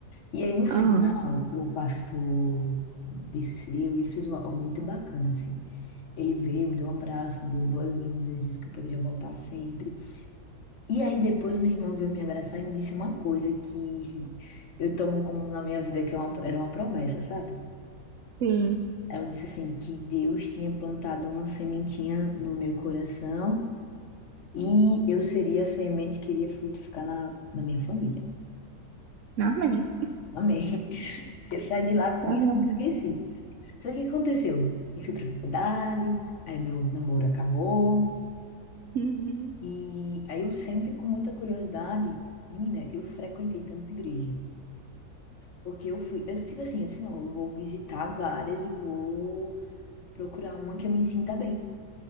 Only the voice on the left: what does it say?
E aí, no final,
o pastor desceu e ele fez uma- algo muito bacana, assim. Ele veio, me deu um abraço, me deu boas-vindas, disse que eu poderia voltar sempre. E aí, depois, minha irmã veio me abraçar e me disse uma coisa que eu tomo como na minha vida, que é uma, era uma promessa, sabe?
Ela disse assim, que Deus tinha plantado uma sementinha no meu coração E eu seria a semente que iria frutificar na, na minha família.
Amém. <laughs> Eu saí de lá com
isso, nunca esqueci. Só que o que aconteceu? Eu fui pra faculdade, aí meu namoro acabou.
E aí eu sempre com muita curiosidade, menina, eu frequentei tanta igreja. Porque eu fui, eu tipo assim, eu disse, não, eu vou visitar várias e vou procurar uma que eu me sinta bem.